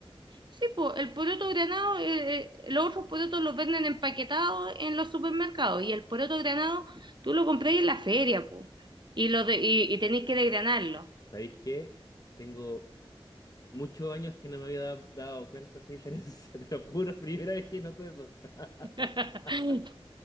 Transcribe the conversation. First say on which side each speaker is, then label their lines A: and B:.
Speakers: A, on the right (about 50°); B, on the left (about 40°).
A: Sí, pues el poroto granado, eh, eh, los otros porotos los venden empaquetados en los supermercados y el poroto granado tú lo compras en la feria, pues, y, lo de- y, y tenéis que desgranarlo.
B: ¿Sabéis qué? Tengo muchos años que no me había da- dado cuenta de esa diferencia, <laughs> te lo juro, primera vez que noto eso. <laughs>
A: <laughs>